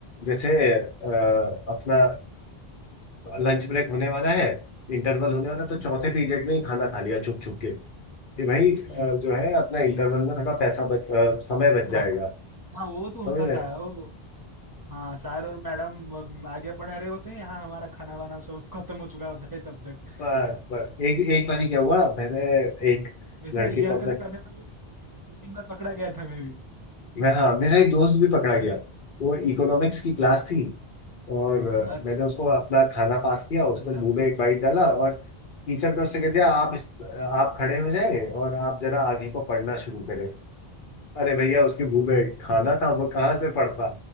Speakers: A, on the left; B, on the right.
A: जैसे अ, अपना लंच ब्रेक होने वाला है इंटरवल होने वाला है, तो चौथे पीरियड में ही खाना खा लिया छुप छुप के कि भाई अ,
B: हम्म
A: जो है अपना इंटरवल में थोड़ा पैसा बच अ, समय
B: हाँ
A: बच जाएगा
B: हाँ वो तो
A: समझ
B: होता
A: रहे
B: था वो हाँ सर और मैडम अब आगे पढ़ा रहे होते हैं यहाँ हमारा खाना वाना सब <laughs> खत्म हो चुका होता है तब तक
A: बस बस एक एक बार ही क्या हुआ मैंने एक
B: वैसे
A: लड़के
B: ये
A: को
B: हरकतें
A: अपना
B: करने में भी मैं दो तीन बार पकड़ा गया था मैं भी
A: मैं हाँ मेरा एक दोस्त भी पकड़ा गया वो इकोनॉमिक्स की क्लास थी और अ,
B: अच्छा
A: मैंने उसको अपना खाना पास किया उसने
B: अच्छा
A: मुंह में एक बाइट डाला और टीचर ने उससे कह दिया आप इस आप खड़े हो जाएं और आप जरा आगे को पढ़ना शुरू करें अरे भैया उसके मुंह में
B: <laughs>
A: खाना था वो कहाँ से पढ़ता